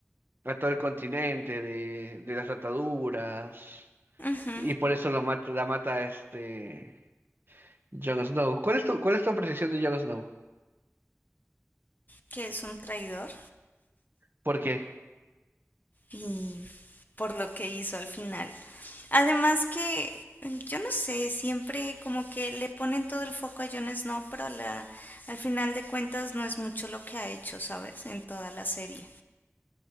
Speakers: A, on the right; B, on the left.
A: a todo el continente de, de las ataduras.
B: Ujú.
A: Y por eso lo mata, la mata este Jon Snow. ¿Cuál es tu, cuál es tu apreciación de Jon Snow?
B: que es un traidor
A: ¿Por qué?
B: y por lo que hizo al final. Además que mm, yo no sé, siempre como que le ponen todo el foco a Jon Snow, pero la, al final de cuentas no es mucho lo que ha hecho, ¿sabes? En toda la serie.